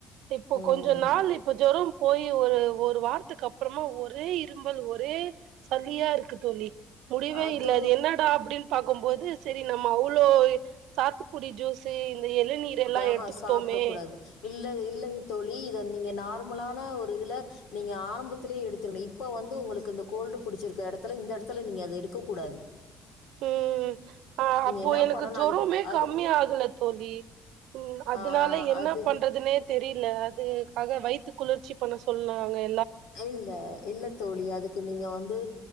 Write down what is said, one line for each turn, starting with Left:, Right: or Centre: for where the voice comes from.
Right: இப்போ
Left: ம்.
Right: கொஞ்ச நாள் இப்ப ஜொரம். போய் ஒரு ஒரு வார். க்கு அப்புறமா ஒரே இரு ம்பல் ஒரே சல்லியா இருக்கு தோழி. முடிவே
Left: ஆ
Right: இல்லது.
Left: தோ
Right: என்னடா அப்படின் பாக்கும்போது சரி நம்ம அவ்வளோ சாத்துக்குடி ஜூஸு இந்த இளநீர் எல்லா
Left: க்ஹஹ
Right: எடுத்துக்கிட்டோமே
Left: சாப்பிடக்க கூடாது. இல்ல இல்லங் தோழி இத நீங்க நார்மலான ஒரு இதுல நீங்க ஆரம்பத்திலே எடுதர்னு. இப்ப வந்து உங்களுக்கு இந்த கோல்டு பிடிச்சிரு இடத்துல இந்த இடத்துல நீங்க அத எடுக்க கூடாது.
Right: உம் ஆஹ் அப்போ
Left: என்ன
Right: எனக்கு
Left: பண்ணணும்
Right: ஜொரமே
Left: அதுக்கு அது
Right: கம்மி ஆகல தோழி. உம் அதனால
Left: ஆ
Right: என்ன
Left: அது
Right: பண்றதுனே தெரியல. அது க்காக வைத்து குளிர்ச்சி பண்ண சொன்னாங்ளே
Left: <unintelligible> இல்ல தோழி அதுக்கு நீங்க வந்து